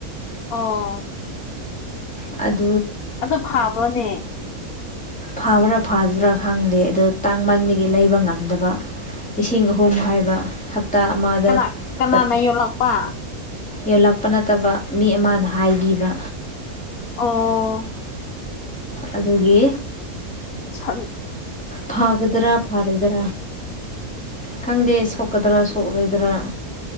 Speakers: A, on the left; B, in the centre.
A: ꯑ
B: ꯑꯗꯨ
A: ꯑꯗꯨꯣ ꯐꯥꯕ꯭ꯔꯣꯅꯦ
B: ꯐꯕ꯭ꯔꯥ ꯐꯕ꯭ꯔꯥ ꯈꯪꯗꯦ ꯑꯗꯨꯗꯣ ꯇꯥꯡ ꯃꯥꯟꯕꯒꯤ ꯂꯩꯕ ꯉꯝꯗꯕ ꯂꯤꯁꯤꯡ ꯑꯍꯨꯝ ꯍꯥꯏꯕ ꯍꯞꯇꯥ ꯑꯃꯗ
A: ꯀꯅꯥ ꯀꯅꯥꯅ
B: ꯇꯠ
A: ꯌꯣꯜꯂꯛꯄ
B: ꯌꯣꯜꯂꯛꯄ ꯅꯠꯇꯕ ꯃꯤ ꯑꯃꯅ ꯍꯥꯏꯕꯤꯕ
A: ꯑꯣ
B: ꯑꯗꯨꯒꯤ
A: ꯁꯔ
B: ꯐꯒꯗꯔꯥ ꯐꯔꯣꯏꯗꯔꯥ ꯈꯪꯗꯦ ꯁꯣꯛꯀꯗ꯭ꯔꯥ ꯁꯣꯛꯣꯏꯗꯥ ꯑꯗꯨꯗ꯭ꯔꯥ